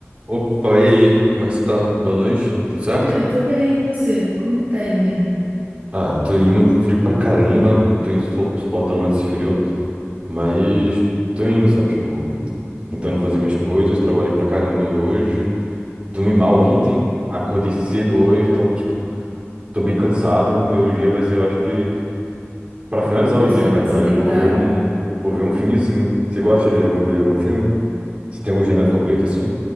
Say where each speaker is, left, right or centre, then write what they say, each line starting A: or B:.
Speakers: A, on the right; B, on the right.
A: Opa, e aí? Como é que você tá? Boa noite, tudo certo?
B: É, eu tô bem, e você? Como que tá indo aí?
A: Ah, tô indo frio pra caramba, não tô in- so- suportando mais esse frio, mas tô indo, sabe? Tipo, tentando fazer minhas coisas, trabalhei pra caramba hoje, dormi mal ontem, acordei cedo hoje, então, tipo, tô bem cansado. Meu dia vai ser, eu acho que, pra finalizar
B: Nossa,
A: o dia,
B: a
A: na
B: hora
A: verdade,
B: que você deitar.
A: eu vou ver um, vou ver um filmezinho. Você gosta de algum, ver algum filme? Você tem algum gênero favorito assim?